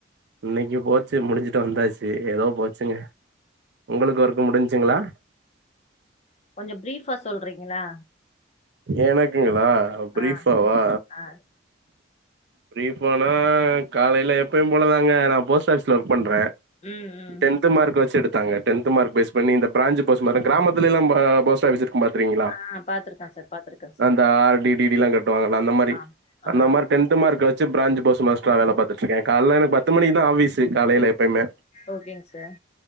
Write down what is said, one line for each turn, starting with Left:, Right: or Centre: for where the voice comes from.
Right: இன்னைக்கு போச்சு முடிஞ்சுட்டு வந்தாச்சு ஏதோ போச்சுங்க உங்களுக்கு ஒர்க்கு முடிஞ்சுங்ளா
Left: கொஞ்சொ பிரீஃபா சொல்றீங்ளா
Right: எனக்குங்ளா பிரீஃபாவா
Left: ஆ ஆ
Right: பிரீஃபானா காலைல எப்பயும் போலதாங்க நா போஸ்ட் ஆஃபிஸ்ல ஒர்க் பண்ற
Left: ம் ம்
Right: டென்த்து மார்க் வச்சு எடுத்தாங்க டென்த்து மார்க் பேஸ் பண்ணி இந்த பிராஞ்சு போஸ்ட் மார கிராமத்துலேல்லா பரா போஸ்ட் ஆஃபீஸ் இருக்கும் பாத்துருகீங்ளா
Left: ஆ பாத்துருக்கே சார் பாத்துருக்கே சார்
Right: அந்த ஆர் டி டி டி ல்லா கட்டுவாங்கல அந்த மாரி
Left: ஆ
Right: அந்த
Left: ஆ
Right: மாரி டென் த் மார்க்க வச்சு பிராஞ்ச் போஸ்ட் மாஸ்டரா வேல பாத்துட்ருக்கே கால்ல எனக்கு பத்து மணிக்தா ஆஃபீஸ் காலைல எப்பயுமே
Left: ஓகேங் சார்